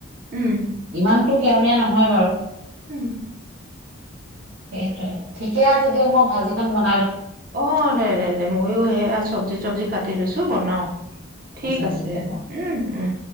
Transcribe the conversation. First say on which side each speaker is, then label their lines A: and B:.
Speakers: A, on the right; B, on the right.
A: উম।
B: ইমানোটো কেউনীয়া নহয় বাৰু।
A: উম।
B: সেইটোয়ে। ঠিকে আছে দিয়ক, মই ভাঁজিকন বনা
A: অ', দে, দে, দে, মইয়ো সেয়া চব্জি-টব্জি কাট টি লৈছোঁ, বনাওঁ। ঠিক
B: হ'ব
A: আছে,
B: দিয়ক অ
A: উম, উম।